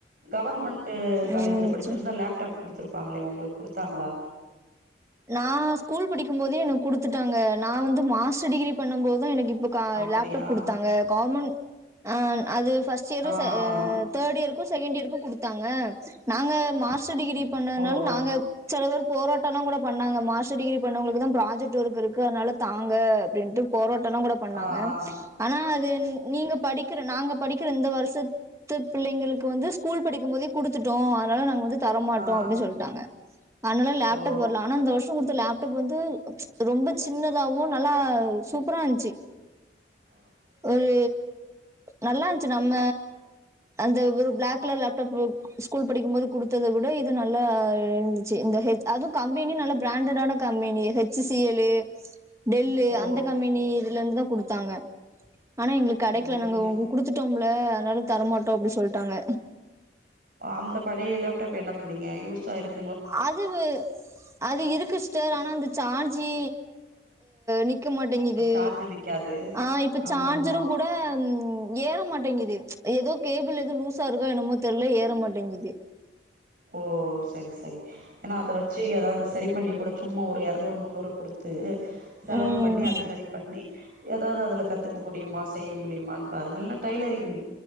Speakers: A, on the right; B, on the right.
A: கவர்மெண்ட் காலேஜ்ல
B: ம்
A: படிச்சிருந்தா
B: ச
A: லேப்டாப் கொடுத்து திருப்பாங்களே உங்களுக்கு கொடுத்தாங்களா
B: நான் ஸ்கூல் படிக்கும் போதே எனக்கு குடுத்துட்டாங்க நான் வந்து மாஸ்டர் டிகிரி பண்ணும் போது எனக்கு இப்ப
A: அப்டியா
B: லேப்டாப் கொடுத்தாங்க கவர்மெண்ட் அது பர்ஸ்ட் இயர்
A: ஆ ஆ
B: தேர்ட் இயருக்கும் செகண்ட் இயருக்கும் குடுத்தாங்க நாங்க மாஸ்டர் டிகிரி பண்ணதுனால
A: ஓ ஓ
B: நாங்க செல பேர் போராட்டம் எல்லாம் கூட பண்ணாங்க மாஸ்டர் டிகிரி பண்ணவங்களுக்கு தான் ப்ராஜெக்ட் ஒர்க் இருக்கு அதனால தாங்க அப்டின்ட்டு போராட்டம்ல கூட பண்ணாங்க
A: ஆ ஆ
B: ஆனா அது நீங்க படிக்கிற நாங்க படிக்கிற இந்த வருஷத் து பிள்ளைங்களுக்கு வந்து ஸ்கூல் படிக்கும் போதே குடுத்துட்டோம் அதனால நாங்க வந்து தரமாட்டோம்
A: ஆ ஆ
B: அப்டி சொல்டாங்க அதனால லேப்டாப்
A: ஓ
B: வரல ஆனா இந்த வருஷம் குடுத்த லேப்டாப் வந்து ரொம்ப சின்னதாவும் நல்லா சூப்பரா இருன்ச்சு
A: உஹ
B: ஒரு நல்லா இருந்ச்சு நம்ம அந்த ஒரு பிளாக் கலர் லேப்டாப் ஸ்கூல் படிக்கும் போது குடுத்தத விட இது நல்லா இருந்துச்சு இந்த அதுவும் கம்பெனி நல்ல பிராண்டடான company H C L Dell
A: ஓ ஓ
B: அந்த கம்பெனி இதுல இருந்துதான் குடுத்தாங்க ஆனா எங்களுக்கு கடைக்கல
A: ஓ ஓ
B: நாங்க
A: நீங்க
B: உங்களுக்கு குடுத்துட்டோம்ல அதனால தரமாட்டோம் அப்டி சொல்டாங்க
A: அந்த பழைய லேப்டாப் என்ன பண்ணீங்க யூஸ் ஆ இருக்
B: அதுவு அது இருக்கு சிஸ்டர் ஆனா அந்த சார்ஜி நிக் க்க மாட்டேங்குது
A: சார்ஜ் நிக்காது
B: ஆ இப்ப
A: ஆமா
B: சார்ஜரும்
A: ஆமா
B: கூட ஏறமாட்டேங்குது ஏதோ கேபிள் ஏதோ லூஸா இருக்கோ என்னமோ தெரில ஏற மாட்டேங்குது
A: ஓ செரி செரி ஏன்னா அத வச்சு ஏதாவது சரி பண்ணி கூட சும்மா ஒரு எருநூறு முந்நூறு கொடுத்து செலவு
B: ம்
A: பண்ணி அத சரி பண்ணி ஏதாவது அதுல கத்துக்க முடியுமா செய்ய முடியுமனு பாருங்க இல்ல டைலரிங்